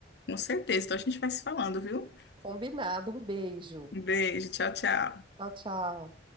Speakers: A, on the left; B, on the right.
A: Com certeza. Então a gente vai se falando, viu?
B: Combinado, um beijo.
A: Um beijo, tchau, tchau.
B: Tchau, tchau.